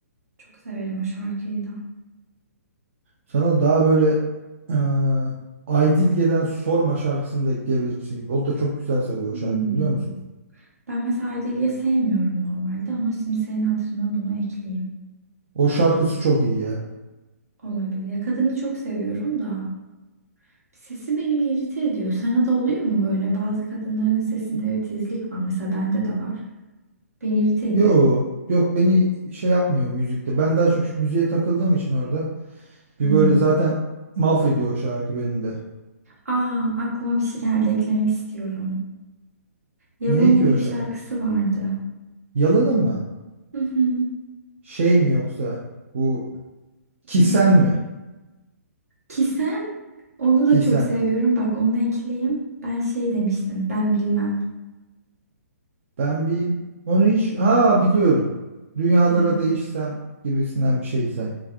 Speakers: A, on the right; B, on the right.
A: Çok severim o şarkıyı da.
B: Sana daha böyle eee Aydilge'den Sorma şarkısını da ekleyebilirsin. O da çok güzel sarıyor o
A: Hmm.
B: şarkı biliyor musun?
A: Ben mesela Edili'yi sevmiyorum normalde ama şimdi senin hatırına bunu ekleyeyim.
B: O şarkısı çok iyi ya.
A: Olabilir. Ya Kadını çok seviyorum da. Sesi beni bir irite ediyor. Sana da oluyor mu böyle? Bazı kadınların sesinde bir tizlik var. Mesela bende de var. Beni irite ediyor.
B: Yo yok beni şey yapmıyor müzikte. Ben daha çok şu müziğe takıldığım için orada.
A: Hmm.
B: Bir böyle zaten mahvediyor o şarkı beni de.
A: Aa, aklıma bir şey geldi. Eklemek istiyorum. Yalom'un
B: Ne ki
A: bir
B: o
A: şarkısı
B: şarkı?
A: vardı.
B: Yalanın mı?
A: Hı hı.
B: Şey mi yoksa? Bu Kisen
A: Ee,
B: mi?
A: ki sen onu
B: Kisen.
A: da çok seviyorum. Bak onu ekleyeyim. Ben şey demiştim. Ben bilmem.
B: Ben bir onu hiç ha biliyorum. Dünyalara
A: Evet.
B: değişsem gibisinden bir şeydi sanki.